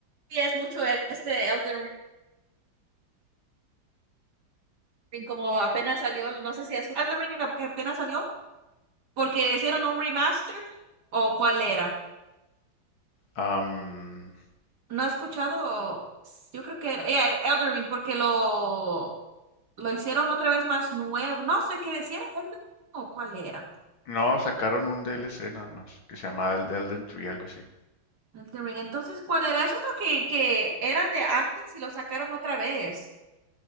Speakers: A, on the right (about 50°); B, on the left (about 75°).
A: es mucho este Elden Ring, como apenas salió, no sé si es Elden Ring era que apenas salió, porque hicieron un remaster, o cuál era.
B: Am,
A: No he escuchado, yo creo que era yeah, Elden Ring, porque lo, lo hicieron otra vez más nuevo, no sé qué decía, Elden Ring, o cuál era.
B: no, sacaron un DLC nada más, que se llama El- Elden Tree, algo así.
A: Elden Ring, entonces, ¿cuál era? Es uno que, que era de antes y lo sacaron otra vez.